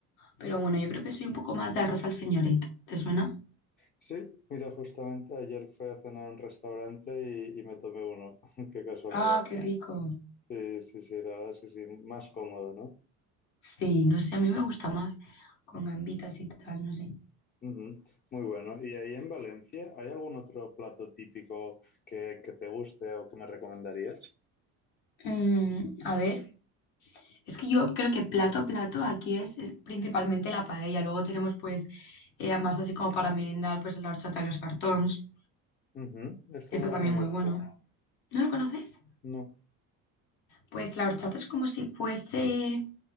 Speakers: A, on the left (about 80°); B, on the left (about 30°).
A: Pero bueno, yo creo que soy un poco más de arroz al señorito. ¿Te suena?
B: Sí, mira, justamente ayer fui a cenar a un restaurante y, y me tomé uno. <laughs> Qué casualidad.
A: Ah, qué rico.
B: Sí, sí, sí, la verdad es que sí, más cómodo, ¿no?
A: Sí, no sé, a mí me gusta más con gambitas y tal, no sé.
B: Ujú, Muy bueno. ¿Y ahí en Valencia hay algún otro plato típico que, que te guste o que me recomendarías?
A: Mm, a ver, es que yo creo que plato, plato aquí es, es principalmente la paella. Luego tenemos pues eh, más así como para merendar, pues la horchata y los fartons.
B: Ujú, Este
A: Esto
B: no
A: también
B: lo conozco.
A: muy bueno. ¿No lo conoces?
B: No.
A: Pues la horchata es como si fuese...